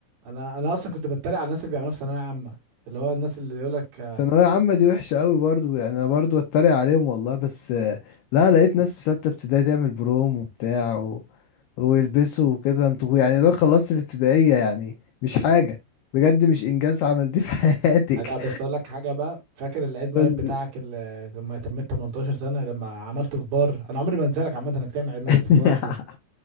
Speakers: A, on the right (about 55°); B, on the left (about 85°).
A: انا انا اصلا كنت بتريق على الناس اللي بيعملوها في ثانوية عامة اللي هو الناس اللي يقول لك
B: ثانوية عامة دي وحشة قوي برضو يعني أنا برضو أتريق عليهم والله بس آه، لا لقيت ناس في ستة ابتدائي تعمل بروم وبتاع و... ويلبسوا وكده انتوا يعني لو خلصت الابتدائية يعني مش حاجة بجد مش إنجاز عملتيه في حياتك
A: انا بس اقول لك حاجة بقى فاكر العيد ميلاد
B: <laughs> قول
A: بتاعك
B: لي.
A: اللي لما تميت 18 سنة لما عملته في بار انا عمري ما انسى لك عامة انك تعمل عيد ميلادك
B: <laughs>
A: في بار دي